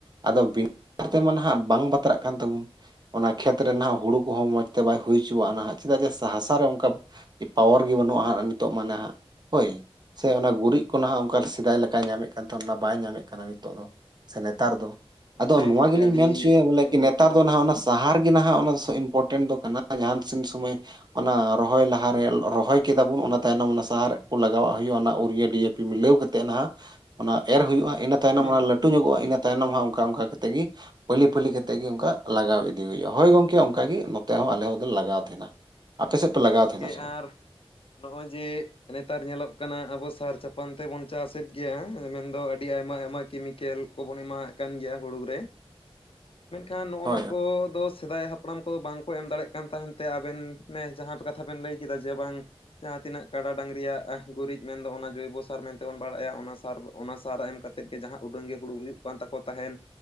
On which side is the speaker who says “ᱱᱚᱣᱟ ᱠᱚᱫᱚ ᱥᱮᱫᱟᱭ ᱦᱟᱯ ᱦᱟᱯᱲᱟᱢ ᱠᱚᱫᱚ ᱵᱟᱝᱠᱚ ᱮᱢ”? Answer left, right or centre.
Left